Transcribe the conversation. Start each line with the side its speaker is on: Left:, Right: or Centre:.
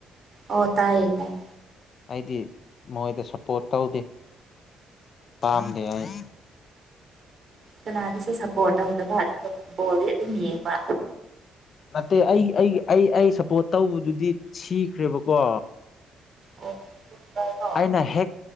Right: ꯑꯧ ꯇꯥꯏꯌꯦ ꯇꯥꯏꯌꯦ
Left: ꯑꯩꯗꯤ ꯃꯣꯏꯗ ꯁꯞꯄꯔ꯭ꯣꯠ ꯇꯧꯗꯦ ꯄꯥꯝꯗꯦ ꯑꯩ
Right: ꯀꯅꯥꯗꯨꯁꯨ ꯁꯞꯄꯔ꯭ꯣꯠ ꯇꯧꯗꯕ ꯑꯗꯨꯒ ꯕꯣꯜꯗꯤ ꯑꯗꯨꯝ ꯌꯦꯡꯕ
Left: ꯅꯠꯇꯦ ꯑꯩ ꯑꯩ ꯑꯩ ꯑꯩ ꯁꯞꯄꯔ꯭ꯣꯠ ꯇꯧꯕꯗꯨꯗꯤ ꯁꯤꯈ꯭ꯔꯦꯕꯀꯣ
Right: ꯑꯣ ꯄꯣꯔꯇꯨꯒꯜꯔꯣ
Left: ꯑꯩꯅ ꯍꯦꯛ